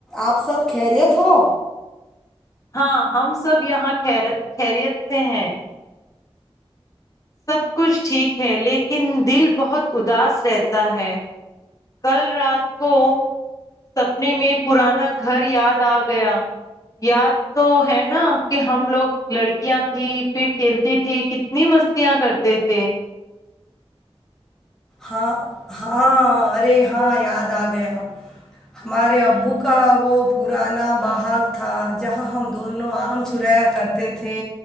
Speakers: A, in the centre; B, on the left.
A: آپ سب خیریت ہو
B: ہاں ہم سب یہاں خیرت خریت سے ہیں سب کچھ ٹھیک ہے لیکن دل بہت اداس رہتا ہے کل رات کو سپنے میں پرانا گھر یاد آ گیا یاد تو ہے نا کہ ہم لوگ لڑکیاں تھھی پھر کھیلتی تھی کتنی مستیاں کرتے تھے
A: ہاں ہاں ارے ہاں یاد آ گیا ہمارے ابو کا وہ پرانا بہاگ تھا جہاں ہم دونوں آم چرایا کرتے تھے